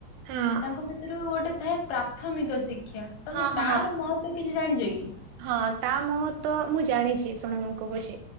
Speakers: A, on the right (about 80°); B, on the left (about 80°).
A: ହଁ
B: ତାଙ୍କ ଭିତୁରୁ ଗୋଟେ ଥାଏ ପ୍ରାଥମିକ ଶିକ୍ଷା ତମେ
A: ହଁ ହଁ
B: ତାର ମ ତ କିଛି ଜାଣିଚ କି?
A: ହଁ ତା ମହତ୍ଵ ମୁଁ ଜାଣିଚି ଶୁଣ ମୁଁ କହୁଚି।